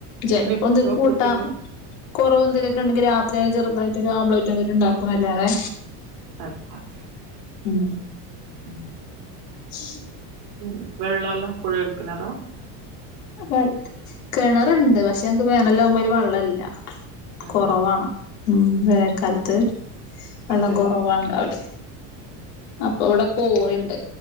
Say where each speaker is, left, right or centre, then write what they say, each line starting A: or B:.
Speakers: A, on the left; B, on the right.
A: ചിലപ്പോ
B: മീന് കിട്ടോ
A: എന്തേലും കൂട്ടാൻ
B: കുട്ടികള്
A: കൊറവ് എന്തേലൊക്കെ ഇണ്ടെങ്കിൽ രാത്രി ചെറുതായിട്ട് ഒരു ഓംലറ്റ് എന്തേലും ഇണ്ടാക്കും എന്നല്ലാതെ.
B: <unintelligible>
A: ഉം
B: ഉം
A: ശ്
B: ഉം വെള്ളെല്ലാം കുഴൽകിണറാ?
A: അത് കിണർ ഇണ്ട് പക്ഷെ ഞങ്ങക്ക്‌ വേനലാകുമ്പോ വെള്ളം ഇല്ലാ
B: അതെ
A: കൊറവാണ് ഉം വേനൽക്കാലത്ത്. വെള്ളം
B: അതെ
A: കുറവാ ഇണ്ടാവല് അപ്പൊ ഇവടെ കോറിണ്ട്